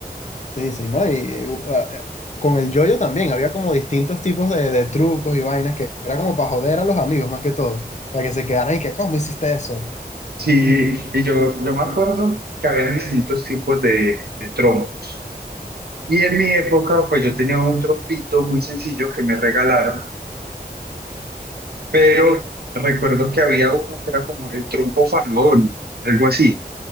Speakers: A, on the left (about 45°); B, on the right (about 70°).
A: Sí, sí, ¿no? Y eh, u- a- eh, con el yoyo también, había como distintos tipos de, de trucos y vainas que era como para joder a los amigos más que todo, para que se quedaran y que, ¿cómo hiciste eso?
B: Sí, y yo, yo me acuerdo que había distintos tipos de, de trompos. Y en mi época, pues yo tenía un trompito muy sencillo que me regalaron, pero recuerdo que había uno que era como el trompo faraón, algo así.